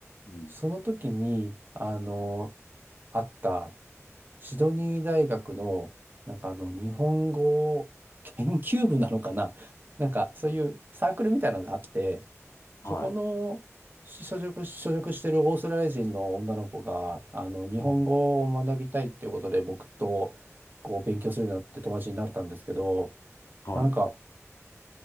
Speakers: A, on the left; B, on the right.
A: うん。
B: その時に、あの、あったシドニー大学の、
A: うん
B: なんかあの、
A: うん
B: 日本語研究部なのかな <laughs> なんか、そういうサークルみたいなのがあって、そこの所属、
A: は
B: 所属してるオーストラリア人の女の子が、あの、日本語を学びたいっていうことで、
A: い。うん。
B: 僕と、こう、勉強するようになって友達になったんですけど、
A: はい。
B: なんか、